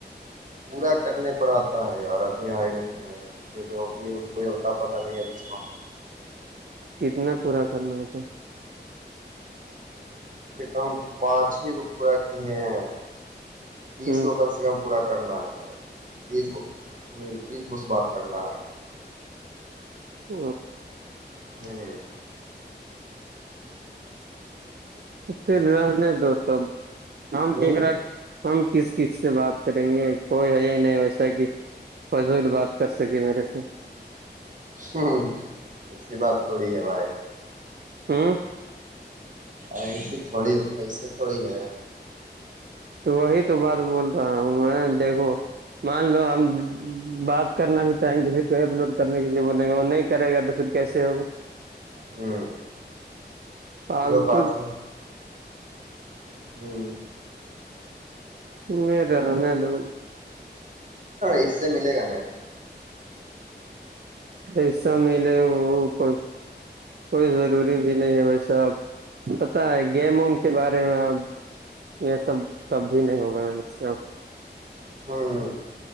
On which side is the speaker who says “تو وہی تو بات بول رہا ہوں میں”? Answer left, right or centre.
Right